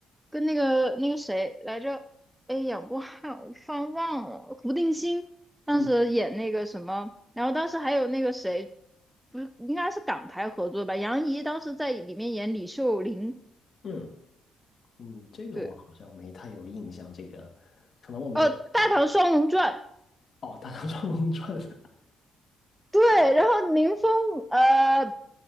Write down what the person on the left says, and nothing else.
嗯
嗯嗯，这个我好像没太有印象，
这个可能我没有看
哦，《大唐双龙传》<laughs>